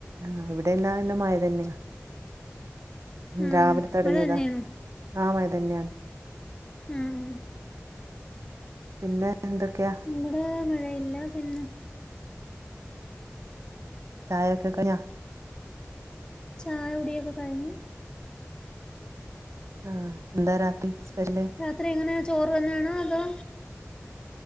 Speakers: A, on the right; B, on the left.
A: ആ ഇവിടെല്ലാം ഇന്ന് മഴ തന്നെയാ.
B: ഉം
A: രാവിലെ തൊടങ്ങിയതാ.
B: മഴ തന്നെയാണോ
A: ആ മഴ തന്നെയാണ്.
B: മ് ഉം
A: പിന്നേ എന്തൊക്കെയാ?
B: ഇവ്ടാ മഴയില്ല പിന്നെ
A: ചായയൊക്കെ കഴിഞ്ഞാ?
B: ചായ കുടിയൊക്കെ കഴിഞ്ഞു.
A: ആ എന്താ രാത്രി സ്പെഷ്യല്?
B: രാത്രി എങ്ങനെയാ ചോറ് തന്നെയാണോ അതോ